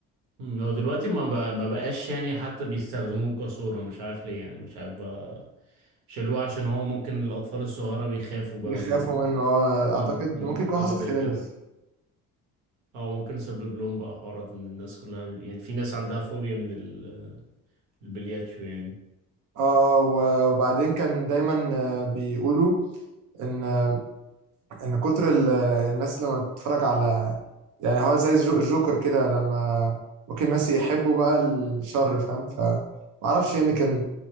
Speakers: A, on the right; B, on the right.
A: مم، هو دلوقتي ما بق- ما بقاش يعني حتى بيستخدموه كصورة مش عارف ليه يعني مش عارف بقى شالوه عشان هو ممكن الأطفال الصغيرة بيخافوا بقى
B: بيخافوا
A: من ال
B: منه آه،
A: اه
B: اعتقد
A: آه،
B: ممكن يكون
A: حاجة
B: حصل
A: زي
B: خلاف
A: كده اه ممكن يسبب لهم بقى حوارات ان الناس كلها يعني في ناس عندها فوبيا من ال- البلياتشو يعني
B: اه و- وبعدين كان دايما آه، بيقولوا ان آه، ان كتر ال- الناس لما تتفرج على يعني هو زي الجو- الجوكر كده لما ممكن الناس يحبوا بقى الشر فاهم ف ما اعرفش يعني كان